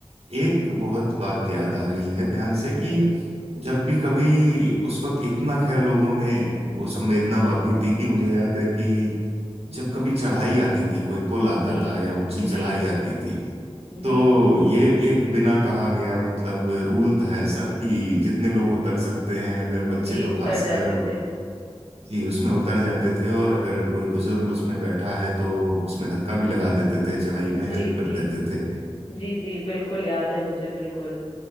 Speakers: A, on the right; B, on the left.
A: एक बहुत बात याद आ रही है ध्यान से कि
B: जी
A: जब भी कभी उस वक्त इतना खैर लोगों में वो संवेदना बाकी थी कि मुझे याद है कि जब कभी चढ़ाई आती थी कोई पुल आता
B: जी
A: था या ऊंची चढ़ाई
B: जी
A: आती थी
B: जी
A: तो ये एक बिना कहा गया मतलब रूल था ऐसा कि जितने लोग उतर सकते हैं अगर बच्चे
B: जी
A: तो
B: उतर
A: खासकर
B: जाते थे
A: जी उसमें उतर जाते थे और अगर कोई बुजुर्ग उसमें बैठा है तो उसमें धक्का भी लगा देते थे चढ़ाई में
B: जी
A: हेल्प कर
B: जी
A: देते थे
B: जी जी बिल्कुल याद है मुझे बिल्कुल